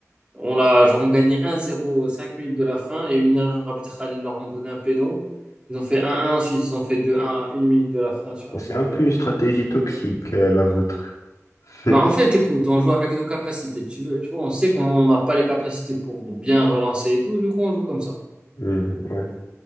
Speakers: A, on the right; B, on the left.
A: On l'a, genre, on gagnait 1-0 aux 5 minutes de la fin et une erreur arbitrale, ils leur ont donné un péno. Ils ont fait un un ensuite ils ont fait deux un à 1 minute de la fin sur
B: Bon,
A: un
B: C'est
A: but
B: un
A: bête.
B: peu une stratégie toxique, euh, la vôtre. <laughs>
A: Bah en fait, écoute, on joue avec nos capacités. Tu veux, tu vois, on sait qu'on n'a pas les capacités pour bien relancer et tout, du coup, on joue comme ça.
B: Hmm, ouais.